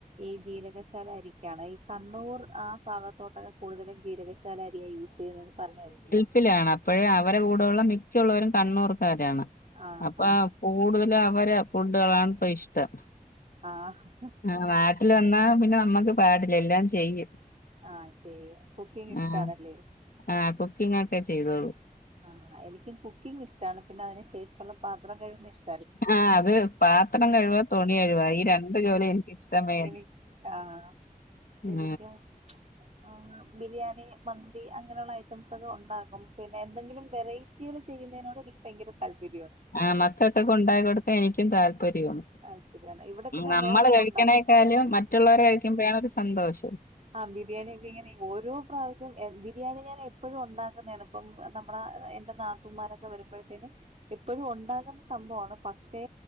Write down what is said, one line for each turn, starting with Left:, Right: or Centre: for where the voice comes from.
Right: ഈ ജീരകശാല അരിക്കാണ് ഈ കണ്ണൂർ ആ ഭാഗത്തോട്ടൊക്കെ കൂടുതലും ജീരകശ ഷാലാ അരിയാ യൂസ് ചെയ്യുന്നത പറഞ്ഞഞ് കേട്ടിട്ടണ്ടോ
Left: ത്തിലാണ് അപ്പോഴേ അവരെടെ കൂടെയുള്ള മിക്കുള്ളവരും കണ്ണൂർക്കാരാണ്
Right: ആഹ്
Left: അപ്പൊ
Right: ആഹ്
Left: കൂടുതലും അവരെ ഫുഡുകളാണ് ഇപ്പ ഇഷ്ടം
Right: ആഹ്
Left: ആഹ് നാട്ടിൽ വന്നാ പിന്നെ നമ്മുക്ക് പാടില്ല എല്ലാം ചെയ്യും
Right: ആഹ് ചെയ്യും കുക്കിംഗ് ഇഷ്ടണല്ലേ
Left: ആഹ് ആഹ് കുക്കിംഗ ഒക്കെ ചെയ്തോളൂ
Right: ആഹ് എനിക്ക് കുക്കിംഗ് ഇഷ്ടമാണ് പിന്നെ അതിനു ശേഷമുള്ള പാത്രം കഴിയും ഇഷ്ട
Left: ആഹ് അത് പാത്രം കഴിവ തുണി കഴിവ ഈ രണ്ട് ജോലി എനക്ക്ഷ്ടമേല്ല
Right: എനിക്ക് ആഹ് ശരിക്കും
Left: ഉം
Right: ആഹ് ബിരിയാണി മന്തി അങ്ങനെയുള്ള ഐറ്റംസ് ഒക്കെ ഉണ്ടാക്കും പിന്നെ എന്തെങ്കിലും വെറൈറ്റികൾ ചെയ്യുന്നതിനോട് എനിക്ക് ഭയങ്കര താല്പര്യമാണ്
Left: ആ മക്കൊക്കൊക്കെ ഉണ്ടായി കൊടുക്കാ എനിക്കും താല്പര്യംമാണ്
Right: താല്പര്യമാണ് ഇവിടെ പിന്നെ
Left: നമ്മള്
Right: മോളും
Left: കഴിക്കണേക്കാളും
Right: ഉണ്ടാക്കും
Left: മറ്റുള്ളവരെ കഴിക്കുമ്പോഴണ ഒരു സന്തോഷം
Right: ആഹ ബിരിയാണി ഒക്കെ ഇങ്ങനെ ഓരോ പ്രാവശ്യവും ബിരിയാണി ഞാൻ എപ്പോഴും ഉണ്ടാക്കുന്നതാണ് ഇപ്പം നമ്മുടെ എന്റെ നാത്തുമാരൊക്കെ വരുമ്പോഴത്തേന് എപ്പോഴും ഉണ്ടാകുന്ന സംഭവമാണ് പക്ഷെ